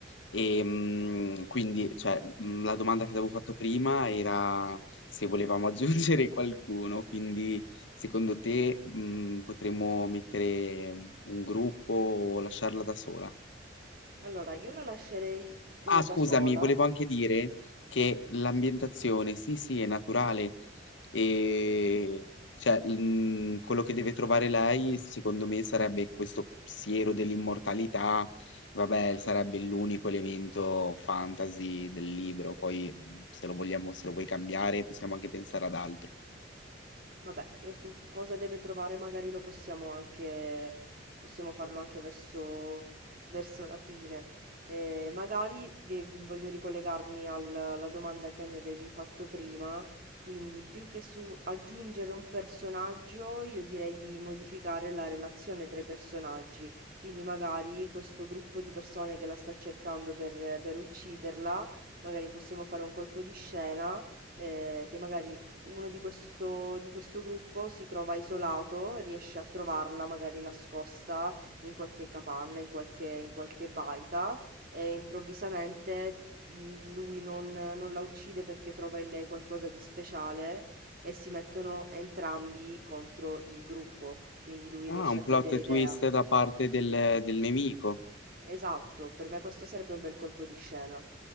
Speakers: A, on the left; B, on the right.
A: E mh, quindi, cioè, mh, la domanda che ti avevo fatto prima era se volevamo <laughs> aggiungere qualcuno, quindi secondo te mh, potremmo mettere un gruppo o lasciarla da sola?
B: Allora, io la lascerei eh,
A: Ah,
B: da
A: scusami,
B: sola.
A: volevo anche dire che l'ambientazione, sì, sì, è naturale e cioè, mh, quello che deve trovare lei, secondo me, sarebbe questo siero dell'immortalità, che, vabbè, sarebbe l'unico elemento fantasy del libro, poi mh, se lo vogliamo, se lo vuoi cambiare, possiamo anche pensare ad altro.
B: Vabbè, e su cosa deve trovare magari lo possiamo anche, possiamo farlo anche verso, verso la fine. Eh, magari de- voglio ricollegarmi al- alla domanda che mi avevi fatto prima, quindi più che su aggiungere un personaggio, io direi di modificare la relazione tra i personaggi, quindi magari questo gruppo di persone che la sta cercando per per ucciderla, magari possiamo fare un colpo di scena eh, che magari uno di questo, di questo gruppo si trova isolato, riesce a trovarla magari nascosta in qualche capanna, in qualche, in qualche baita e improvvisamente lui non, non la uccide perché trova in lei qualcosa di speciale e si mettono entrambi contro il gruppo, quindi lui riesce
A: Ah, un
B: a cambiare
A: plot
B: idea.
A: twist da parte del del nemico.
B: Esatto, per me questo sarebbe un bel colpo di scena.